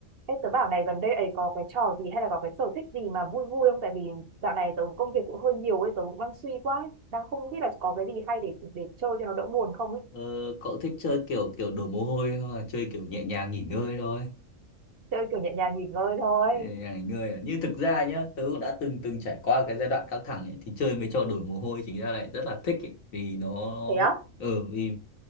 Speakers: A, on the right; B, on the left.
A: Ê, tớ bảo này gần đây ấy có cái trò gì hay là có cái sở thích gì mà vui vui không? Tại vì dạo này tớ công việc cũng hơi nhiều ấy, tớ cũng đang suy quá, ấy. đang không biết là có cái gì hay để để chơi cho nó đỡ buồn không ấy.
B: Ờ, cậu thích chơi kiểu kiểu đổ mồ hôi không là chơi kiểu nhẹ nhàng nghỉ ngơi thôi
A: Chơi kiểu nhẹ nhàng nghỉ ngơi thôi.
B: nhẹ nhàng nghỉ ngơi à? như thực ra nhá tớ cũng đã từng từng trải qua cái giai đoạn căng thẳng ấy, thì chơi mấy trò đổ mồ hôi chính ra lại rất là thích ấy, vì nó
A: thế á
B: ừ vì